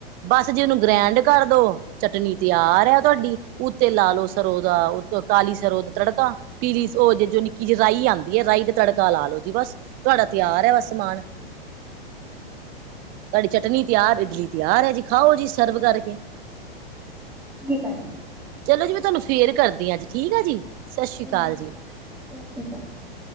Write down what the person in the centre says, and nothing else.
ਠੀਕ ਆ ਜੀ,
ਹਾਂਜੀ
ਸਤਿ ਸ਼੍ਰੀ ਅਕਾਲ,